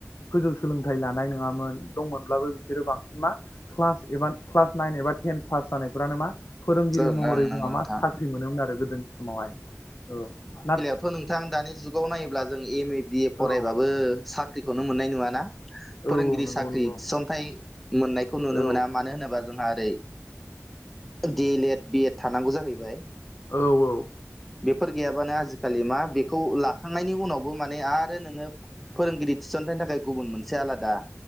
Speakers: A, on the left (about 55°); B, in the centre.
A: गोजौ सोलोंथाइ लानाय नोङामोन। दंमोनब्लाबो बिसोरो बांसिन मा क्लास एबा क्लास नाइन एबा टेन पास जानायफ्रानो मा फोरोंगिरि
B: ओं ओं
A: महरै
B: नंगौ
A: जोंहा
B: नोंथां
A: मा साख्रि मोनोमोन आरो गोदोनि समावहाय औ दा
B: थ' नोंथां दानि जुगाव नायोब्ला जों एम ए बि ए फरायबाबो
A: औ
B: साख्रिखौनो मोननाय नङाना?
A: औ
B: फोरोंगिरि
A: नंगौ
B: साख्रि
A: नंगौ
B: थिसनथाइ मोननायखौ
A: औ
B: नुनो
A: औ
B: मोना मानो होनोबा जोंहा ओरै D El Ed B Ed थानांगौ जाहैबाय।
A: औ औ
B: बेफोर गैयाबानो आजिखालि मा बेखौ लाखांनायनि उनावबो माने आरो नोङो फोरोंगिरि थिसनथाइनि थाखाय गुबुन मोनसे आलादा